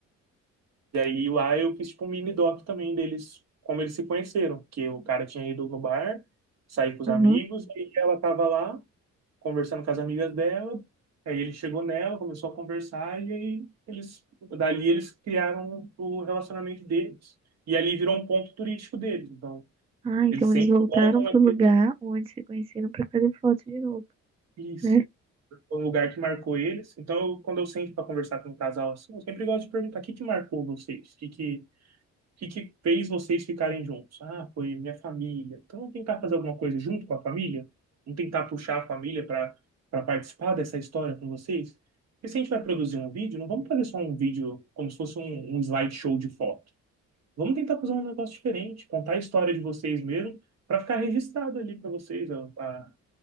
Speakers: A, on the right; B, on the right.
A: E aí lá eu fiz tipo um mini doc também deles, como eles se conheceram. Que o cara tinha ido no bar, sair com os
B: uhum.
A: amigos, e ela tava lá conversando com as amigas dela. Aí ele chegou nela, começou a conversar e aí eles, dali eles criaram o relacionamento deles. E ali virou um ponto turístico deles. Então,
B: Ah,
A: eles
B: então
A: sempre
B: eles voltaram
A: voltam
B: pro
A: naquele
B: lugar onde se conheceram pra fazer foto de novo,
A: isso,
B: né?
A: é um lugar que marcou eles. Então, eu- quando eu sento para conversar com um casal assim, eu sempre gosto de perguntar o que que marcou vocês? O que que que, que fez vocês ficarem juntos? Ah, foi minha família. Então, vamos tentar fazer alguma coisa junto com a família? Vamos tentar puxar a família para para participar dessa história com vocês? Porque se a gente vai produzir um vídeo, não vamos fazer só um vídeo como se fosse um, um slideshow de foto. Vamos tentar fazer um negócio diferente, contar a história de vocês mesmo, para ficar registrado ali para vocês, a, a-